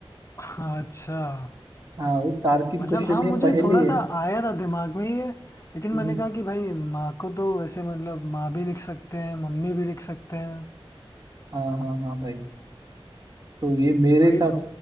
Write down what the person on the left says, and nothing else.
हाँ, अच्छा
मतलब
हाँ
मुझे
थोड़ा
सा आया था दिमाग में ये लेकिन
मैंने कहा कि भाई माँ को तो वैसे मतलब माँ भी लिख सकते हैं मम्मी भी लिख सकते हैं
वही
तो